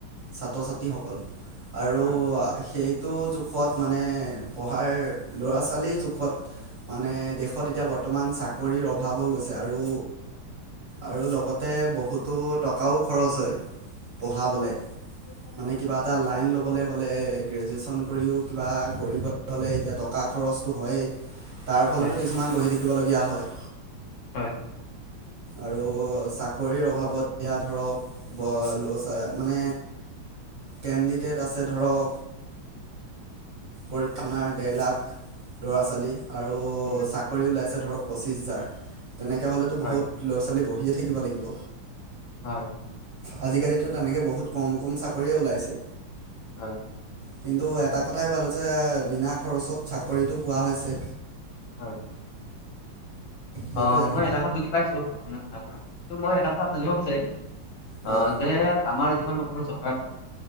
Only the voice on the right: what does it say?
ছাত্ৰ-ছাত্ৰীসকল। আৰু
সেইটো জোখত মানে পঢ়াৰ ল'ৰা ছোৱালীৰ জোখত, মানে, দেশত এতিয়া বৰ্তমান চাকৰিৰ অভাৱ হৈ গৈছে। আৰু আৰু লগতে বহুতো টকাও খৰচ হয়, পঢ়াবলে।
মানে,
কিবা এটা লাইন ল'বলৈ হ'লে, গ্ৰেজুৱেশ্যন কৰিও কিবা কৰিবলৈ হ'লে, এতিয়া টকা খৰচটো হৈয়েই। তাৰ ফলতো
কিছুমান বহি থাকিবলগীয়া হয়।
আৰু চাকৰিৰ অভাৱত, এয়া ধৰক, <unintelligible> <unintelligible> মানে, কেণ্ডিডেট আছে ধৰক, পৰীক্ষাণাৰ ডেৰ লাখ ল'ৰা-ছোৱালী আৰু
চাকৰি ওলাইছে ধৰক পঁচিছ হেজাৰ, তেনেকৈ হ'লেতো
বহুত ল'ৰা-ছোৱালী বহিয়ে থাকিব লাগিব।
আজিকালিতো তেনেকে বহুত কম কম চাকৰিয়ে ওলাইছে।
কিন্তু এটা কথাই ভাল হৈছে, বিনা খৰচত চাকৰিটো পোৱা হৈছে।
সেইটোৱে
আৰু
হয়